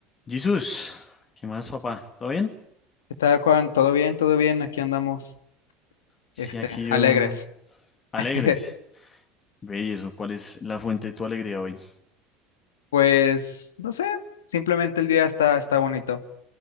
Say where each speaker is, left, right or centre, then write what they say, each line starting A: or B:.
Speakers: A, on the left; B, on the left.
A: Jesús, ¿qué más, papá? ¿Todo bien?
B: ¿Qué tal, Juan? ¿Todo bien? ¿Todo bien? Aquí andamos,
A: Sí,
B: este,
A: aquí yo.
B: alegres.
A: Alegres.
B: <laughs>
A: Ve y eso, ¿cuál es la fuente de tu alegría hoy?
B: Pues, no sé, simplemente el día está, está bonito